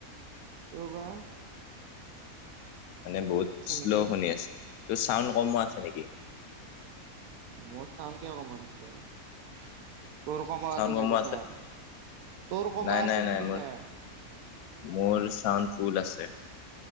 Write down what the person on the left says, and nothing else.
মানে বহুত শ্ল'
শুনি আছো, তোৰ চাউণ্ড কমো আছে নেকি?
চাউণ্ড
কমো
নাই
নাই নাই
মোৰ
মোৰ চাউন ফুল আছে।